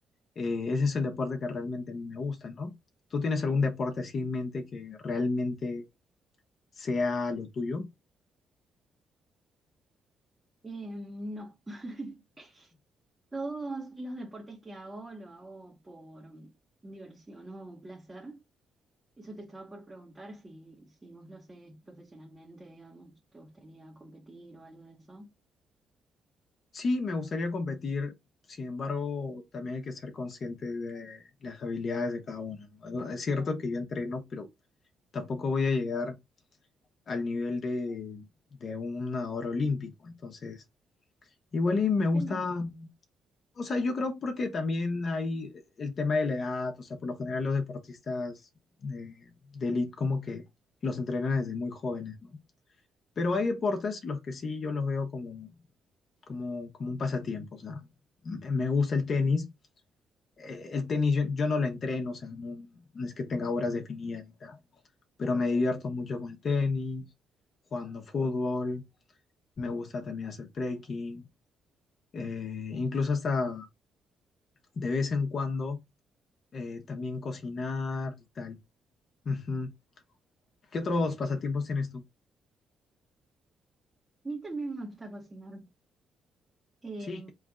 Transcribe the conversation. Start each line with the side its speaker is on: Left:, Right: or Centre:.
Left: eh, ese es el deporte que realmente a mí me gusta, ¿no? ¿Tú tienes algún deporte así en mente que realmente sea lo tuyo?
Right: eh, no. <laughs> Todos los deportes que hago lo hago por diversión o placer. Eso te estaba por preguntar si, si vos lo haces profesionalmente, digamos, te gustaría competir o algo de eso.
Left: Sí, me gustaría competir. Sin embargo, también hay que ser consciente de las habilidades de cada uno, ¿no? Es cierto que yo entreno, pero tampoco voy a llegar al nivel de, de un nadador olímpico. Entonces, igual y me gusta,
Right: Que no.
Left: o sea, yo creo porque también hay el tema de la edad, o sea, por lo general los deportistas eh, de elite como que los entrenan desde muy jóvenes, ¿no? Pero hay deportes los que sí yo los veo como, como, como un pasatiempo, o sea, me me gusta el tenis. Eh, El tenis yo, yo no lo entreno, o sea, no, no es que tenga horas definidas ni nada, pero me divierto mucho con el tenis, jugando fútbol, me gusta también hacer trekking, eh, incluso hasta de vez en cuando eh, también cocinar y tal. Ujú. ¿Qué otros pasatiempos tienes tú?
Right: A mí también me gusta cocinar. Eh,
Left: Sí,